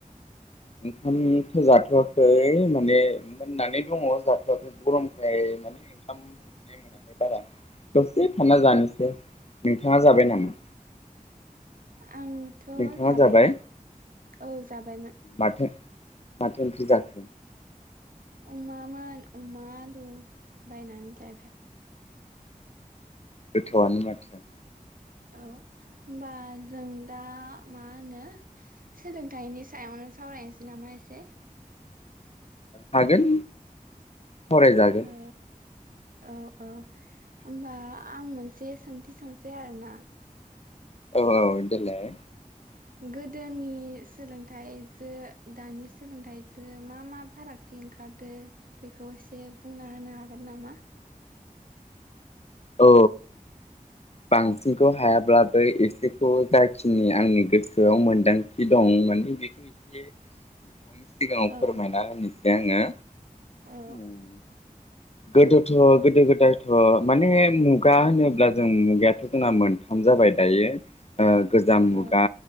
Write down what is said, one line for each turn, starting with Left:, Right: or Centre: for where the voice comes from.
Left: ओंखामथ' जाथ'आाखै माने मोननानै दङ जाथ'आाखै गरमखाय माने ओंखाम उखैनाय मोनाखै बारा। दसे थानना जानोसै
Right: ओ
Left: नोंथाङा जाबाय
Right: ओ
Left: नामा?
Right: आंथ'
Left: नोंथाङा
Right: जाबायमोन
Left: जाबाय
Right: औ जाबायमोन।
Left: माथो माथो ओंख्रि जाखो
Right: अमामोन अमा दु बायनानै जाबाय।
Left: गोथावआनो माथो।
Right: औ होनबा जों दा। मा होनो सोलोंथाइनि सायावनो सावरायनोसै नामा एसे।
Left: हागोन। सावराय जागोन
Right: ओ औ औ ओमबा। आं मोनसे सोंथि सोंसै आरोना।
Left: औ औ देलाय
Right: ओ गोदोनि सोलोंथाइजो दानि सोलोंथाइजो मा मा फारागथि ओंखारदो बेखौ एसे बुंना होनो हागोन नामा?
Left: औ बांसिनखौ हायाब्लाबो एसेखौ जाखिनि आंनि गोसोआव मोनदांथि दं माने बेखौ एसे। मिग
Right: औ
Left: म द मिसे आङो
Right: औ
Left: उम गोदोथ' गोदो गोदायथ' माने मुगा होनोब्ला जों मुगायाथ' जोंना मोनथाम जाबाय दायो। गोजाम
Right: औ
Left: मुगा